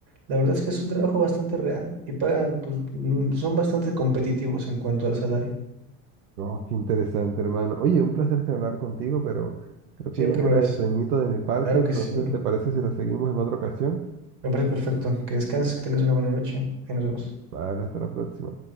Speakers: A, on the right; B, on the right.
A: la verdad es que es un trabajo bastante real y pagan, pues, mm, son bastante competitivos en cuanto al salario.
B: No, qué interesante, hermano. Oye, un placer charlar contigo, pero creo
A: Siempre
B: que ya es hora
A: lo es.
B: de sueñito de mi parte,
A: Claro
B: entonces,
A: que sí.
B: ¿te parece si lo seguimos en otra ocasión?
A: Me parece perfecto. Que descanses, que tengas una buena noche. Ahí nos vemos.
B: Vale, hasta la próxima.